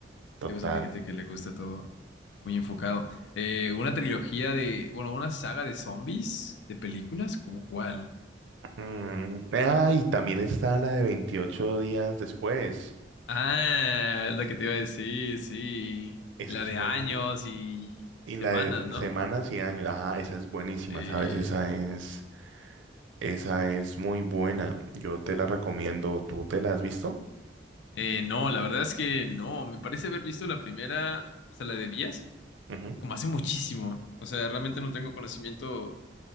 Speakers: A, on the right; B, on the left.
A: total.
B: hay bastante gente que le gusta todo muy enfocado. Eh, una trilogía de, bueno, una saga de zombies, de películas, ¿como cuál?
A: Mm, ah, y también está la de veintiocho días después.
B: Ah, es la que te iba a decir, sí.
A: Esa
B: Y la
A: es
B: de
A: buena.
B: años y,
A: Y
B: y semanas,
A: la de
B: ¿no?
A: semanas y años. Ajá, esa es buenísima,
B: Sí.
A: ¿sabes? Esa es, esa es muy buena. Yo te la recomiendo. ¿Tú te la has visto?
B: Eh, no, la verdad es que no. Me parece haber visto la primera, o sea, la de Díaz,
A: Ujú.
B: como hace muchísimo. O sea, realmente no tengo conocimiento